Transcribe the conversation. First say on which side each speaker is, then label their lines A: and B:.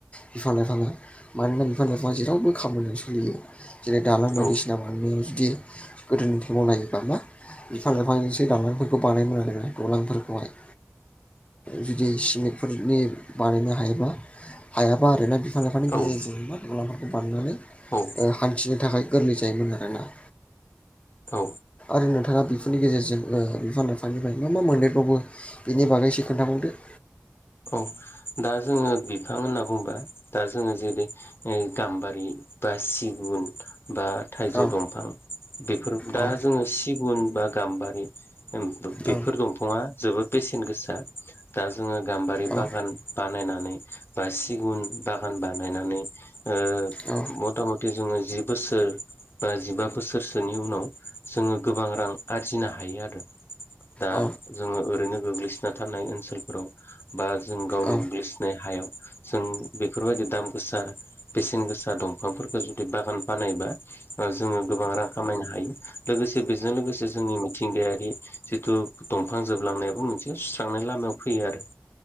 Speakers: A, on the left (about 25°); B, on the left (about 50°).
A: बिफां लाइफाङा मानोना बिफां लाइफाङा जेरावबो खामानिआव सलियो। जेरै दालां
B: औ
A: बायदिसिना बानायनायाव जुदि गोदोनिफ्राय मावनायोबा मा बिफां लाइफांजोंसो दालांफोरखौ बानायोमोन आरोना दलांफोरखौहाय।
B: <inaudible>
A: जुदि सिमेन्टफोरनि बानायनो हायोबा हायाबा आरोना। बिफां लाइफांनि
B: औ
A: गेजेरजों मा दलांफोरखौ बारनानै ओ
B: औ
A: हान्थिनो थाखाय गोरलै जायोमोन आरोना।
B: औ
A: आरो नोंथांङा बि बिनि गेजेरजों ओ बिफां लाइफांनिफ्राय मा मा मोनदेरबावो बिनि बागै एसे खोन्थाबावदो?
B: औ दा जोङो बिफां होनना बुंङोबा दा जोङो जेरै गाम्बारि बा सिगुन बा थाइजौ
A: औ
B: दंफां बेफोर दा
A: औ
B: जोङो सिगुन बा गाम्बारि बेफोर
A: औ
B: दंफाङा जोबोद बेसेन गोसा दा जोङो गाम्बारि
A: औ
B: बागान बानायनानै बा सिगुन बागान बानायनानै ओ
A: औ
B: मथा मथि जोङो जि बोसोर बा जिबा बोसोरसोनि उनाव जोङो गोबां रां आरजिनो हायो आरो दा
A: औ
B: जोङो ओरैनो गोग्लै सोना थानाय ओनसोलफोराव बा जों गावनि
A: औ
B: गोग्लैसिनाय हायाव जों बेफोरबायदि दाम गोसा बेसेन गोसा दंफांफोरखौ जुदि बागान बानायबा ओ जोङो गोबां रां खामायनो हायो लोगोसे बेजों लोगोसे जोंनि मि थिंगायारि जिथु दंफां जोबलांनायाबो मोनसे सुस्रांनाय लामायाव फैयो आरो।